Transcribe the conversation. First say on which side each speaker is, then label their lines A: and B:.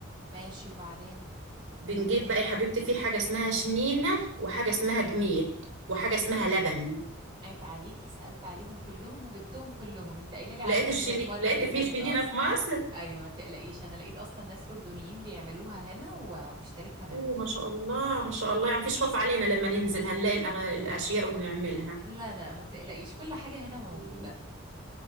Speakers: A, on the right; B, on the right.
A: ماشي وبعدين
B: بنجيب بقى يا حبيبتي في حاجة اسمها شنينة وحاجة اسمها جميد وحاجة
A: ع-
B: اسمها لبن
A: عيب عليكي سالت عليهم كلهم وجبتهم كلهم انت قايله لي عليهم
B: لقيت الشني...
A: من المره
B: لقيت
A: اللي
B: في
A: فاتت
B: شنينة
A: اصلا
B: في مصر
A: ايوه ما تقلقيش انا لقيت اصلا ناس اردنيين بيعملوها هنا و- واشتريتها منهم
B: اوه ما شاء الله ما شاء الله يعني مفيش خوف علينا لما ننزل هنلاقي الأغ... الأشياء ونعملها
A: لا لا ما تقلقيش كل حاجة هنا موجودة
B: مم.